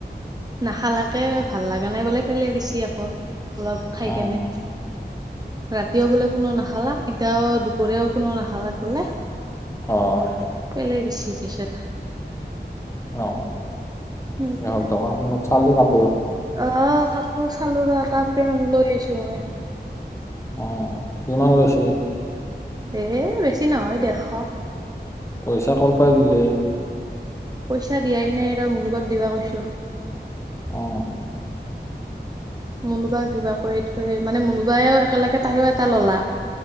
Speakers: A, on the right; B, on the left.
A: নাখালাকে ভাল লাগা নাই বোলে পেলে দিছি আকৌ অলপ খাই
B: অ'
A: কেনে। ৰাতিও বোলে কোনো নাখালা। এতিয়াও দুপৰীয়াও কোনো নাখালাক বোলে।
B: অ'
A: পেলাই দিছি। <unintelligible>
B: অ
A: সেনেকে
B: ইহঁত দোকানখনত চালি কাপোৰ।
A: অহ' কাপোৰ চালো ৰহ। তাৰ পেণ্টত লৈ আহিছো মই।
B: অ কিমান লৈছে।
A: এ, বেছি নহয় ডেৰশ।
B: পইচা কৰ পৰা দিলি।
A: পইচা দিয়াই নাই ৰ, মুনুবাক দিবা কৈছো।
B: অ।
A: মুনুবাক দিবা কৰি থৈ মানে মুনুবাইও একেলগে তাইও এটা ল'লাক।